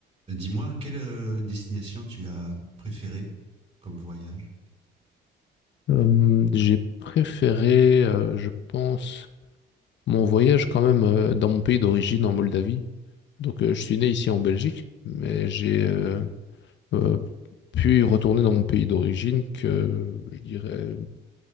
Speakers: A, on the right (about 30°); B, on the left (about 65°).
A: Dis-moi, quelle euh, destination tu as préférée comme voyage?
B: Euh, j'ai préféré, euh, je pense, mon voyage quand même euh, dans mon pays d'origine, en Moldavie. Donc, euh, je suis né ici en Belgique, mais j'ai euh, euh, pu retourner dans mon pays d'origine que, je dirais, à